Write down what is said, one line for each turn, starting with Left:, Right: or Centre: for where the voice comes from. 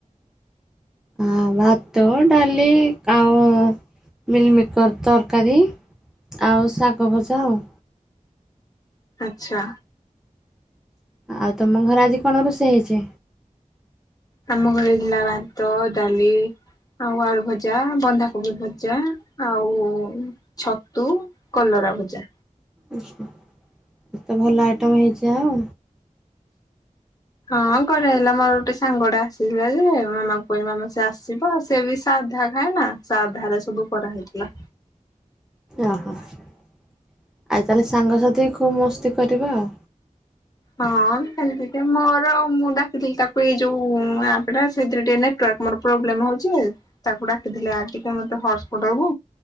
Centre: ଆ ଭାତ ଡ଼ାଲି ଆଉ ମିଲମିକର୍ ତରକାରୀ ଆଉ ଶାଗ ଭଜା ଆଉ।
Left: ଆଛା।
Centre: ଆଉ ତମ ଘରେ ଆଜି କଣ ରୋଷେଇ ହେଇଛି।
Left: ଆମ ଘରେ ହେଇଥିଲା ଭାତ ଡାଲି ଆଉ ଆଳୁ ଭଜା, ବନ୍ଧାକୋବି ଭଜା, ଆଉ ଛତୁ, କଲରା। ରା ଭଜା।
Centre: ଆଛା ଏତେ ଭଲ ଆଇଟମ୍ ହେଇଚି ଆଉ।
Left: ହଁ କରା ହେଲା ମୋର ଗୋଟେ ସାଙ୍ଗଟେ ଆସିଥିଲା ଯେ ମାମା କହିଲି ସେ ଆସିବ ସେ ବି ସାଧା ଖାଏ ନା ସାଧା ରେ ସବୁ କରାହେଇଥିଲା।
Centre: ଓ ହୋ। ଆ ତାହେଲେ ସାଙ୍ଗସାଥି ଖୁବ୍ ମସ୍ତି କରିବ ଆଉ।
Left: ହଁ ସେମତି ଟ ମୋର ମୁଁ ଡାିଥିଲି ତାକୁ ଏଇ ଯୋଉପା ସେଥିରେ ଟିକେ। ତାଙ୍କର ପ୍ରୋବ୍ଲେମ ହଉଚି ଜେ ତାକୁ ଡାକିଥିଲେ ଆଜି କଣ ତ ହଟ୍ସ ଦବୁ